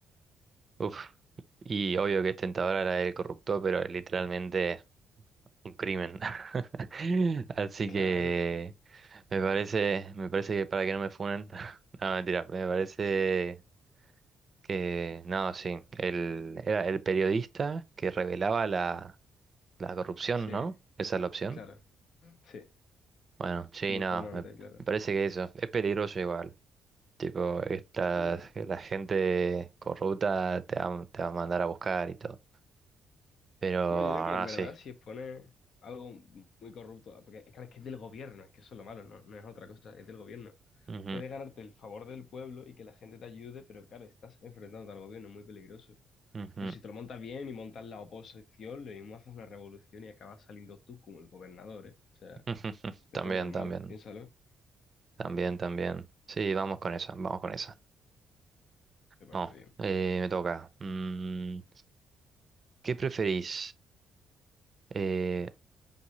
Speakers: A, on the right; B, on the left.
A: Uf. Y obvio que es tentadora la del corrupto, pero literalmente un crimen. <laughs> Así
B: Claro.
A: que me parece, me parece que para que no me funen. <laughs> No, mentira, me parece que no, sí. El, era el periodista que revelaba la La corrupción,
B: Sí,
A: ¿no? Esa es la opción.
B: claro. Sí,
A: Bueno, sí,
B: el informante,
A: no, me, me
B: claro.
A: parece que eso es peligroso igual. Tipo, esta,
B: Sí.
A: la gente corrupta te va, te va a mandar a buscar y todo. Pero ahora
B: Hombre, yo creo que en verdad
A: sí.
B: si expone algo muy corrupto, porque claro, es que es del gobierno, es que eso es lo malo, no, no es otra cosa, es del gobierno.
A: Ujú,
B: Puedes ganarte el favor del pueblo y que la gente te ayude, pero claro, estás enfrentándote al gobierno, es muy peligroso.
A: ujú.
B: Pero
A: ujú.
B: si te lo montas bien y montas la oposición, lo mismo haces una revolución y acabas saliendo tú como el gobernador, ¿eh? O sea,
A: <laughs> También,
B: no estaría tan
A: también,
B: mal, piénsalo,
A: también, también. Sí, vamos con esa, vamos con esa.
B: me parece
A: No,
B: bien.
A: eh, me toca. Mm, ¿qué preferís? Eh,